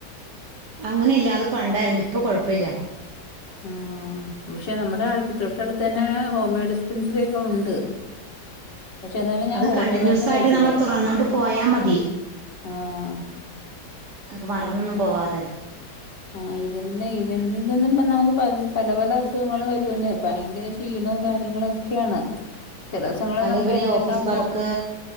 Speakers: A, on the right; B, on the left.
A: അങ്ങനെ ഇല്ലാ അത് പണ്ടായിരുന്നു ഇപ്പൊ കൊഴപ്പല്ല.
B: ആ പക്ഷെ നമ്മുടെ അഴമ്പി തൊട്ട ടുത്തന്നെ ഹോമിയോ ഡിസ്പെൻസറിക്കെ ഉണ്ട്. പക്ഷെ എന്നാലും ഞാൻ
A: അത്
B: ഹോമിയോ
A: കണ്ടിന്യൂസ്
B: മരുന്ന്
A: ആയിട്ട്
B: കഴിച്ചില്ല.
A: നമ്മൾ തുറന്നോണ്ട് പോയാ മതി
B: ആഹ്.
A: അപ്പം മറന്നൊന്നും പോവാതെ.
B: ആ ഇതന്നെ ഇതിന്നിപ്പ നമക്ക് പല, പല, പല അസുഖങ്ങളും വരുന്നേ ഭയങ്കര. ക്ഷീണോം കാര്യങ്ങളൊക്കെയാണ് ചില ദിസങ്ങളിൽ
A: അല്ലെ
B: നമുക്ക്
A: പിന്നെ
B: എഴുന്നേക്കാൻ
A: ഓഫീസ്
B: പോലും.
A: വർക്ക്